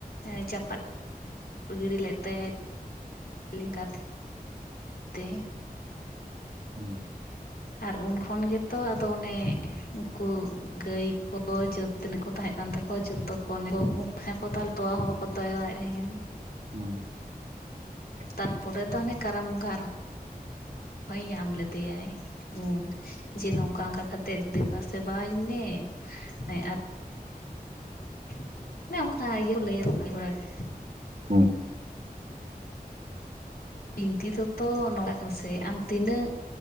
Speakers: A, on the left; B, on the right.
A: ᱦᱮ ᱪᱟᱯᱟᱫ ᱜᱤᱲᱤ ᱞᱮᱫ ᱛᱟᱭᱟᱭ ᱞᱮᱸᱜᱟ ᱛᱤ ᱛᱮ᱾
B: ᱦᱩᱸ
A: ᱟᱨ ᱩᱱ ᱠᱷᱚᱱ ᱜᱮᱛᱚ ᱟᱫᱚ ᱚᱱᱮ᱾ ᱩᱱᱠᱩ ᱜᱟᱹᱭ ᱠᱚ ᱛᱤᱱᱟᱹᱜ ᱠᱚ ᱛᱟᱦᱮᱸ ᱠᱟᱱ ᱛᱟᱠᱚᱣᱟ ᱡᱚᱛᱚ ᱠᱚ <unintelligible> ᱛᱚᱣᱟ ᱦᱚᱸ ᱵᱟᱠᱚ ᱛᱚᱣᱮᱫ ᱛᱟᱦᱮᱱ᱾
B: ᱦᱩᱸ
A: ᱛᱟᱨᱯᱚᱨᱮ ᱛᱚ ᱦᱟᱱᱮ ᱠᱟᱨᱟᱢ ᱵᱚᱸᱜᱟ ᱟᱨᱦᱚᱸ ᱦᱳᱭ ᱧᱟᱢ ᱞᱮᱫᱮᱭᱟᱭ ᱦᱩᱸ ᱡᱮ ᱱᱚᱝᱠᱟ ᱚᱱᱠᱟ ᱠᱟᱛᱮᱜ ᱫᱮᱵᱟ ᱥᱮᱵᱟᱧ ᱢᱮ <unintelligible> ᱚᱱᱮ ᱚᱱᱠᱟ ᱤᱭᱟᱹ ᱞᱟᱹᱭᱟ ᱛᱚ ᱟᱰᱤ ᱦᱚᱲ ᱟᱰᱤ
B: ᱦᱩᱸ
A: ᱵᱤᱱᱛᱤ ᱛᱚᱛᱛᱷᱚ ᱱᱚᱝ ᱠᱟᱱᱟ ᱥᱮ ᱟᱢ ᱛᱤᱱᱟᱹᱜ